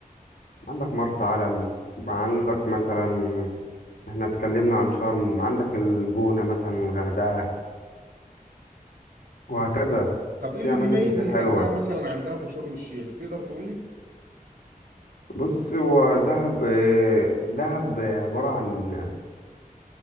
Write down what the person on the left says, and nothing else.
عندك مرسى علم عندك مثلا احنا اتكلمنا عن شرم عندك الجونة مثلا الغردقة وهكذا
في اماكن
كتير
حلوة
بص هو دهب آه، دهب عبارة عن